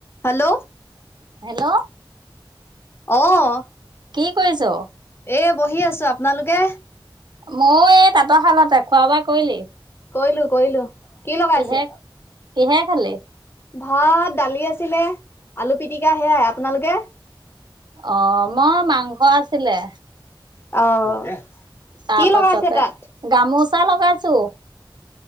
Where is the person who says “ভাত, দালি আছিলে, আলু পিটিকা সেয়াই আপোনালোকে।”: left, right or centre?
Left